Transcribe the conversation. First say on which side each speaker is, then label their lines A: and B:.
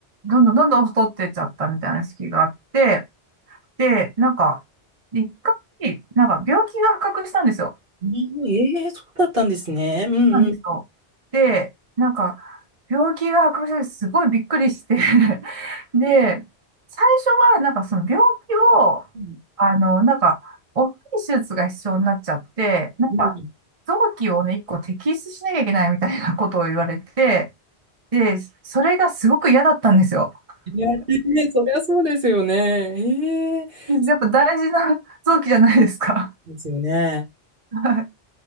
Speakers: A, on the right; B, on the right.
A: う、どんどんどんどん太ってっちゃったみたいな時期があって、で、なんか、一回、なんか病気が発覚したんですよ。
B: うん、ええ、そうだったんですね。うんうん。
A: なんですよ。で、なんか、病気が発覚した時すごいびっくりして <laughs> で、最初はなんかその病気を、
B: うん。
A: あの、なんか、大きい手術が必要になっちゃって、なんか、
B: うん。
A: 臓器をね、一個摘出しなきゃいけないみたいな <laughs> ことを言われて、で、それがすごく嫌だったんですよ。
B: いや、ね、そりゃそうですよね。ええ、
A: でやっぱ大事な
B: そ
A: <laughs> 臓器じゃないですか。<laughs>
B: うですよね。
A: は